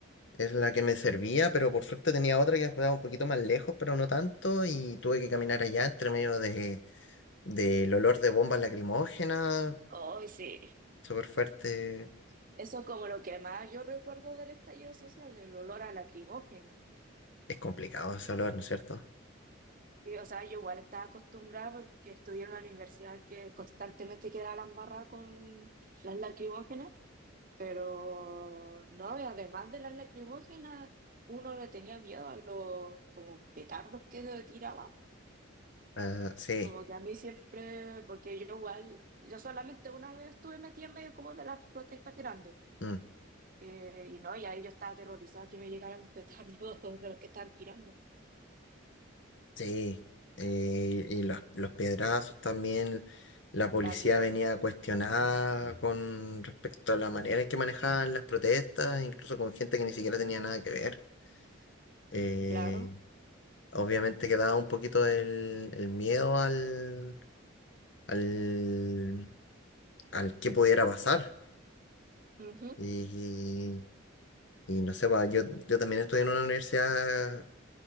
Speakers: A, on the left (about 60°); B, on the right (about 40°).
A: es la que me servía, pero por suerte tenía otra que estaba un poquito más lejos, pero no tanto, y tuve que caminar allá entre medio de, del olor de bombas lacrimógenas,
B: Ay, sí.
A: súper fuerte.
B: Eso es como lo que más yo recuerdo del estallido social, el olor a la trigógena.
A: Es complicado ese olor, ¿no es cierto?
B: Sí, o sea, yo igual estaba acostumbrada porque estudié en una universidad que constantemente quedaba la embarrada con las lacrimógenas, pero no, y además de las lacrimógenas, uno le tenía miedo a los como petardos que tiraban
A: Ah, sí.
B: como que a mí siempre, porque yo igual, yo solamente una vez estuve metida en medio como de las protestas grandes,
A: mm.
B: eh, y no, y ahí yo estaba aterrorizada que me llegara un petardo <laughs> de los que estaban tirando.
A: Sí, eh, y los, los piedrazos también, la policía
B: También,
A: venía cuestionada con respecto a la manera en que manejaban las protestas, incluso con gente que ni siquiera tenía nada que ver. Eh,
B: claro,
A: obviamente quedaba un poquito el, el miedo al, al, al que pudiera pasar.
B: ujú,
A: Y, y no sé, pa, yo, yo también estudié en una universidad